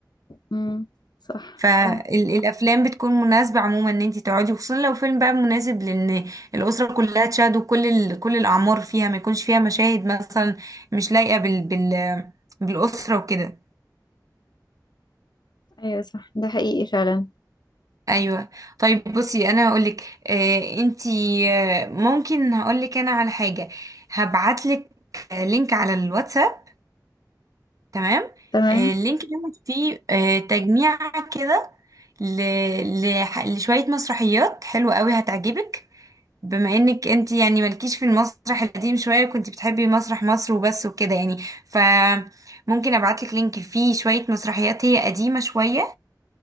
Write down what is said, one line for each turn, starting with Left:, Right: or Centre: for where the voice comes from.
Left: امم صح
Right: فالافلام
Left: صح
Right: بتكون مناسبه عموما ان انت تقعدي وخصوصا لو فيلم بقى مناسب لان الاسره كلها تشاهد وكل ال... كل الاعمار فيها ما يكونش فيها مشاهد مثلا مش لايقه بال... بال... بالاسره وكده
Left: ايوه صح ده حقيقي فعلا
Right: ايوه طيب بصي انا هقول لك آه انتي آه ممكن هقول لك انا على حاجه هبعت لك لينك على الواتساب تمام
Left: تمام
Right: آه، اللينك دوت فيه آه، تجميع كده ل... لح- لشوية مسرحيات حلوة قوي هتعجبك بما انك انت يعني مالكيش في المسرح القديم شوية كنت بتحبي مسرح مصر وبس وكده يعني فممكن ابعتلك لينك فيه شوية مسرحيات هي قديمة شوية